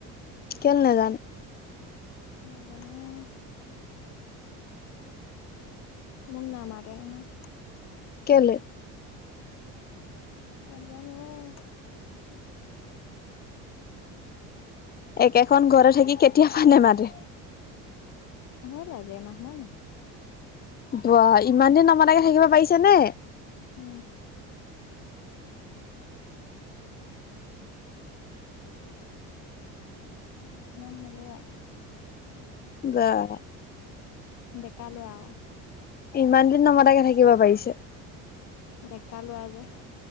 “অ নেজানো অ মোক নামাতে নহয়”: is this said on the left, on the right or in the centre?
Left